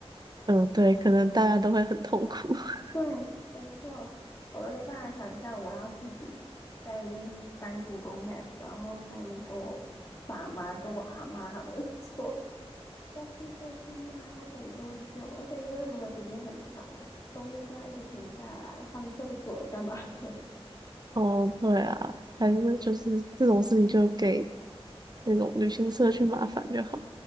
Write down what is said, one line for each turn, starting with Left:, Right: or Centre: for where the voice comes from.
Right: 嗯，对，可能大家都会很痛苦。<laughs>
Left: 对，没错，我没办法想象我要自己在那边翻 Google Map，然后在那边跟我爸妈、跟我阿妈他们 <laughs> 说要去这去那，要等多久？而且因为如果时间很长，中间都要一直停下来上厕所干嘛的。
Right: 哦，对啊，还是就是这种事情就给那种旅行社去麻烦就好，